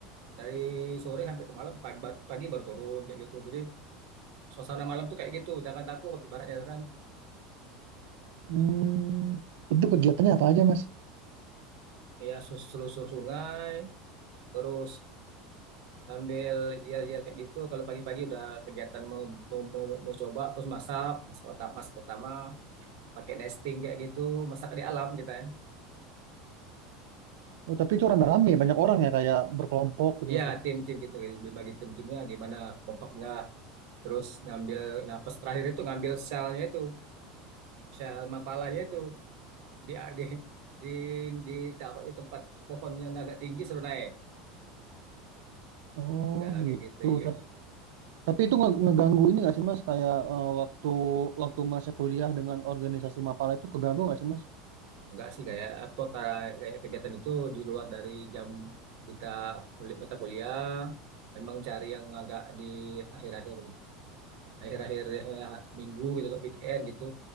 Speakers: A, on the right; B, on the right.
A: dari sore sampai ke malam pagi, pagi baru turun kayak gitu jadi suasana malam tuh kayak gitu jangan takut ibaratnya kan
B: Hmm, itu kegiatannya apa aja, Mas?
A: ya sus- selusur sungai terus sambil yel-yel kayak gitu kalau pagi-pagi udah kegiatan mau, mau, mau, mau coba terus masak masak utama masak utama pakai nesting kayak gitu masak di alam kita ya
B: Oh, tapi itu rame-rame, banyak orang ya, kayak berkelompok gitu,
A: Iya,
B: Mas ya.
A: tim-tim gitu, kayak berbagi tim-timnya gimana kompak nggak, terus ngambil napas terakhir itu ngambil selnya itu, sel mapalanya itu di di di di, taruh di tempat pohon yang agak tinggi suruh naik,
B: Oh,
A: udah kayak
B: gitu.
A: gitu ya.
B: Ta- Tapi itu nge- ngeganggu ini nggak sih, Mas? Kayak eh, waktu waktu Masnya kuliah dengan organisasi Mapala itu keganggu nggak sih, Mas?
A: Enggak sih kayak apa kayak, kayak kegiatan itu di luar dari jam kita kuliah mata kuliah, memang cari yang agak di akhir-akhir akhir-akhir akhir minggu gitu, weekend gitu,